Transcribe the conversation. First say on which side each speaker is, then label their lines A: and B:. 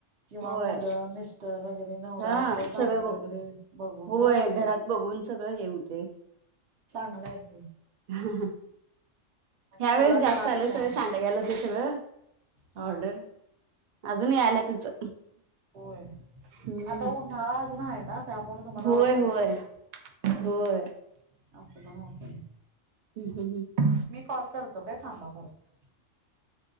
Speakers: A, on the right; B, on the right.
A: किंवा
B: होय
A: मुलं निष्ठ वगैरे नवरा
B: हा
A: आपलं सासू
B: सगळं बघून
A: वगैरे बघून
B: होय
A: बरं
B: घरात
A: ते
B: बघून सगळं येऊते..
A: चांगलं आहे क..
B: हा हा ह्या
A: तेवढाच
B: वेळेस जास्त
A: हातभार
B: आले सगळे सांडग्यायला दिस.. ते
A: हा
B: ऑर्डर अजून आला. त्याचं
A: होय
B: हम्म
A: आता उन्हाळा आहे ना. त्यामुळे तुम्हाला
B: होय
A: ऑर्डर
B: होय
A: येणार
B: होय
A: अस पण होतय
B: हम्म हम्म
A: मी कॉल करतो काय थांबापर्यंत..